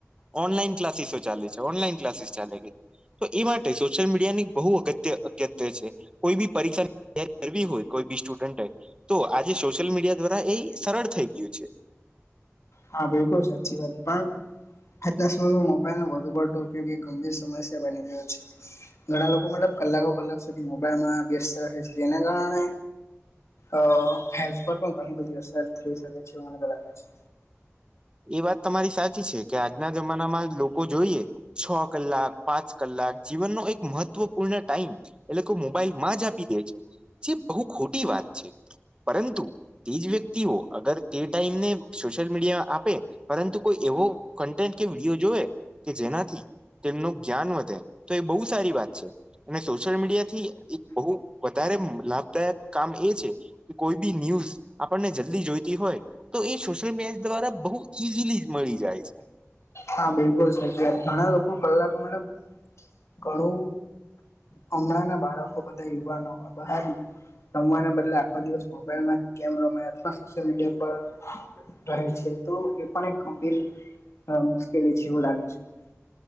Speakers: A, on the right; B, on the left.
A: ઓનલાઈન ક્લાસીસો ચાલે છે ઓનલાઈન ક્લાસીસ ચાલે કે તો એ માટે સોશિયલ મીડિયાની બહુ અગત અગત્ય છે કોઈ બી પરીક્ષા <inaudible> હોય કોઈ બી સ્ટુડન્ટ એ તો આજે સોશિયલ મીડિયા દ્વારા એ સરળ થઈ ગયુ છે.
B: હા બિલકુલ સાચી વાત પણ આજના સમયમાં મોબાઈલ નો વધુ પડતો ઉપયોગી ગંભીર સમસ્યા બની રહ્યો છે ઘણા લોકો મતલબ કલાકો કલાક સુધી મોબાઈલમાં વ્યસ્ત રહે છે જેને કારણે અ હેલ્થ પર પણ ઘણી બધી અસર થઈ શકે છે એવુ મને લાગે છે.
A: એ વાત તમારી સાચી છે કે આજના જમાનામાં લોકો જોઈએ છ કલાક પાંચ કલાક જીવનનો એક મહત્વપૂર્ણ ટાઈમ એટલે મોબાઈલ માં જ આપી દે છે જે બહુ ખોટી વાત છે પરંતુ તે જ વ્યક્તિઓ અગર તે ટાઈમને સોશિયલ મીડિયા આપ પે પરંતુ કોઈ એવો કન્ટેન્ટ કે વિડીયો જોવે કે જેનાથી તેમનું જ્ઞાન વધે તો એ બહુ સારી વાત છે અને સોશિયલ મીડિયા થી એક બહુ વધારે લાભદાયક કામ એ છે કે કોઈ બી ન્યૂઝ આપડને જલદી જોઈતી હોય તો સોશિયલ મીડિયા દ્વારા બહુ ઈઝીલી મળી જાય છે.
B: હા બિલકુલ સચી વાત ઘણા લોકો કલાકો મતલબ ઘણું હમણાં ના બાળકો બધા યુવાનો બહાર રમવાના બદલે આખો દિવસ મોબાઈલમાં જ ગેમ રમે અથવા સોશિયલ મીડિયા પર રહે છે. તો એ પણ એક ગંભીર મુશ્કેલી જે એવું લાગે મને